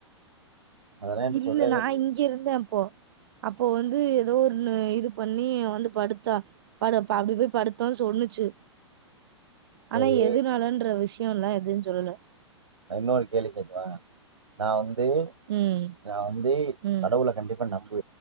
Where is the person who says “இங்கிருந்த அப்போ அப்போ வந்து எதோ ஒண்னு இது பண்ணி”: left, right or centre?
Right